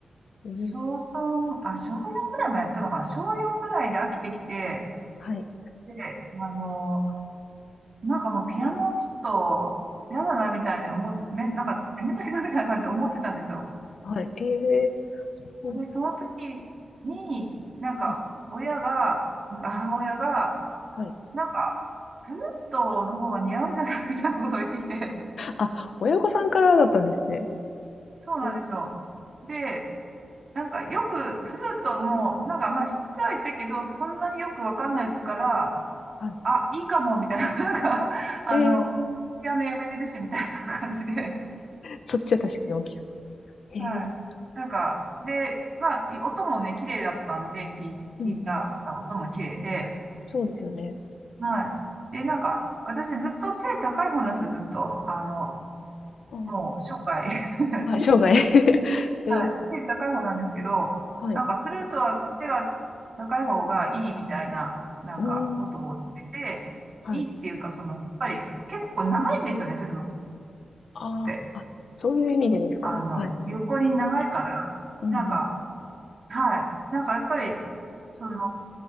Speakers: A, on the left; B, on the right.
A: えー、
B: 小3、あ、小4ぐらいまでやったのかな。小4ぐらいで飽きてきて、
A: はい。
B: で、あの、なんかもうピアノちょっと嫌だなみたいに思っ、め、なんかやめたいなみたいな感じで思ってたんですよ。
A: はい。えー、そうなんだ
B: で、その時に、なんか親が、
A: はい。
B: なんか母親が、
A: はい。
B: なんかフルートの方が似合うんじゃないみたいなことを言ってきて、
A: あ、親御さんからだったんですね。
B: そうなんですよ。
A: えー
B: で、なんかよくフルートも、なんかまあ知ってはいたけど、そんなによくわかんないうちから、
A: はい。
B: あ、いいかもみたいな、なんか、あの、
A: ええ、
B: ピアノやめれるしみたいな感じで。
A: そっちは確かに大きそう。
B: はい。
A: へえ
B: なんか、で、まあ、音もね、綺麗だったんで、聞い、聞いた音も綺麗で、
A: ー、うんうん。そうですよね。
B: はい。で、なんか、私ずっと背高い方なんですよ、ずっと。あの、
A: うん。
B: もう生涯。<laughs>
A: あ、生涯。<laughs> ええ、
B: はい。背高い方なんですけど、
A: はい。
B: なんかフルートは背が高い方がいいみたいな、なんかことを言ってて、
A: うーん、はい。
B: いいっていうか、その、やっぱり結構長いんですよね、フルー
A: ああ、
B: トって。
A: あ、そういう意味でですか？
B: あの、
A: はい。
B: 横に長いから、
A: うん
B: なんか、はい。なんかやっぱり、その、